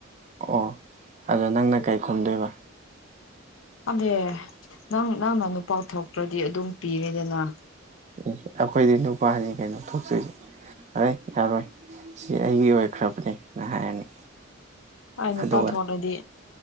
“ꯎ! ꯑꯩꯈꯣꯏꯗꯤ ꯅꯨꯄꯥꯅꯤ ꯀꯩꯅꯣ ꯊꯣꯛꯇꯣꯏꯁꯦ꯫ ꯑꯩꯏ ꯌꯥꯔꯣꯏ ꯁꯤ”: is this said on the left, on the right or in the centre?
Right